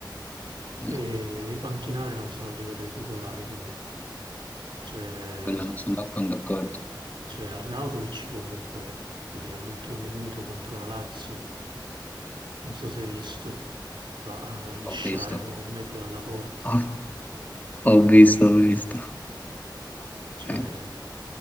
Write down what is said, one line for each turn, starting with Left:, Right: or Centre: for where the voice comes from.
Left: No,
Right: E i panchinari non sono a livello dei titolari comunque. C'è
Left: quello non sono d'accordo. d'accordo.
Right: c'è Arnautovic comunque lì all'ultimo minuto contro la Lazio. non so se hai visto, va a lisciare
Left: Ho visto.
Right: a un metro dalla porta.
Left: Ho, ho visto, ho visto.
Right: Cioè,
Left: Eh,